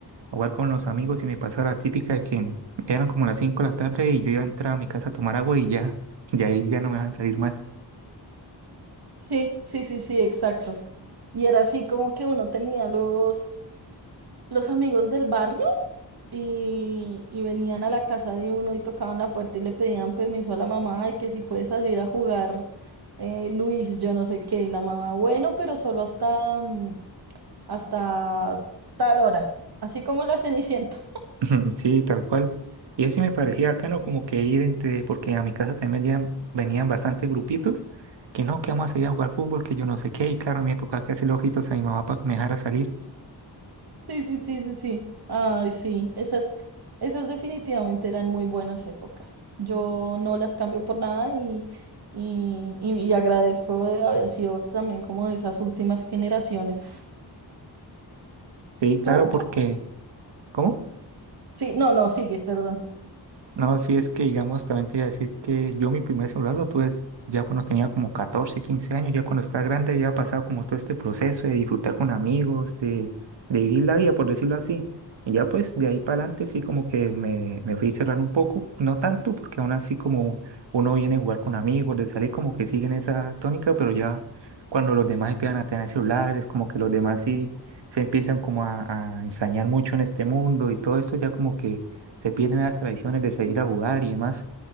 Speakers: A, on the right (about 80°); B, on the right (about 60°).
A: jugar con los amigos y me pasaba la típica de que eran como las 5 de la tarde y yo iba a entrar a mi casa a tomar agua y ya, y ahí ya no me dejan salir más.
B: Sí, sí, sí, sí, exacto. Y era así como que uno tenía los, los amigos del barrio y, y venían a la casa de uno y tocaban la puerta y le pedían permiso a la mamá y que si puede salir a jugar eh, Luis, yo no sé qué, y la mamá, bueno, pero solo hasta, mm, hasta tal hora, así como la Cenicienta.
A: <laughs> Sí, tal cual. Y así me parecía bacano como que ir entre, porque a mi casa también venían, venían bastantes grupitos, que no, que vamos a ir a jugar fútbol, que yo no sé qué, y claro, me tocaba que hacerle ojitos a mi mamá para que me dejara salir.
B: Sí, sí, sí, sí, sí. Ay, sí, esas, esas definitivamente eran muy buenas épocas. Yo no las cambio por nada y, y, y- y agradezco de haber sido también como de esas últimas generaciones.
A: Sí, claro,
B: Tú,
A: porque...
B: tú,
A: ¿cómo?
B: sí, no, no, sigues, perdón.
A: No, sí es que, digamos, también te iba a decir que yo mi primer celular lo tuve ya cuando tenía como 14 15 años, ya cuando estaba grande ya ha pasado como todo este proceso de disfrutar con amigos, de, de vivir la vida, por decirlo así. Y ya pues de ahí para adelante sí como que me, me fui cerrando un poco, no tanto, porque aún así como uno viene a jugar con amigos, de salir como que siguen esa tónica, pero ya cuando los demás empiezan a tener celulares, como que los demás sí se empiezan como a, a ensañar mucho en este mundo y todo esto ya como que se pierden las tradiciones de seguir a jugar y demás.